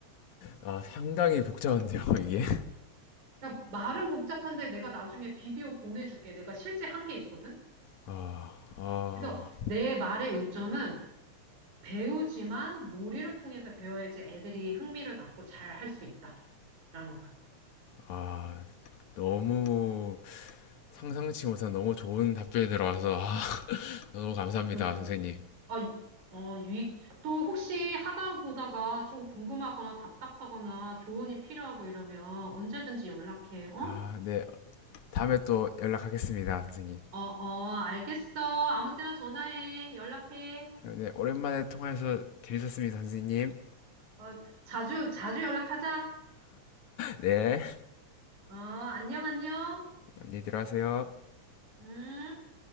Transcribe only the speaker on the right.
그러니까 말은 복잡한데 내가 나중에 비디오 보내줄게. 내가 실제 한 게 있거든.
그래서 내 말의 요점은 배우지만 놀이를 통해서 배워야지 애들이 흥미를 갖고 잘 할 수 있다라는 거야.
어, 조,
아, 유- 어, 유익, 또 혹시 하다 보다가 좀 궁금하거나 답답하거나 조언이 필요하고 이러면 언제든지 연락해, 어?
어, 어, 알겠어. 아무 때나 전화해. 연락해.
어, 자주, 자주 연락하자.
어, 안녕, 안녕.
음.